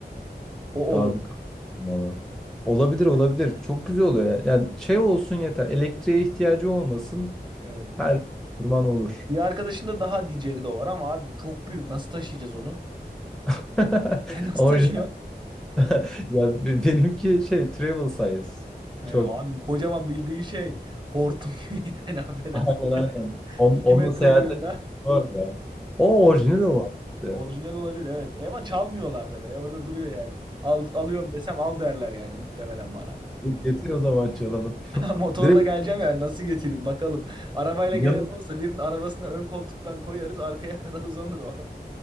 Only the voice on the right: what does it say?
O
olabilir.
Evet.
Bir arkadaşında daha diceri de var ama abi çok büyük. Nasıl taşıyacağız onu?
<laughs> Sen Nasıl
taşıyor?
He,
abi kocaman bildiğin şey hortum <laughs> gibi yani affedersin
de
2
metre
boyunda.
Senin
orijinal olabilir evet. E ama çalmıyorlar da be. E, Orada duruyor yani. Al, alıyorum desem al derler yani muhtemelen bana.
<laughs>
Motorla
geleceğim ya nasıl getireyim bakalım. Arabayla
gelen olursa birinin arabasına ön koltuktan koyarız arkaya <laughs> kadar uzanır o.